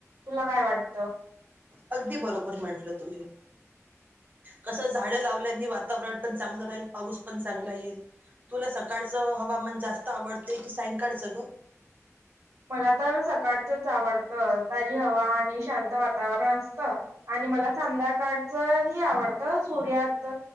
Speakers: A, on the right (about 70°); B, on the right (about 35°).
A: तुला काय वाटतं?
B: अगदी बरोबर म्हटलं तू हे. कसं झाडं लावल्यानी वातावरण पण चांगलं राहील, पाऊस पण चांगला येईल. तुला सकाडचं हवामान जास्त आवडते की सायंकाडचं गं.
A: मला तर सकाळचंच आवडतं, ताजी हवा आणि शांत वात तावरण असतं, आणि मला संध्याकाळचं ही आवडतं सूर्यात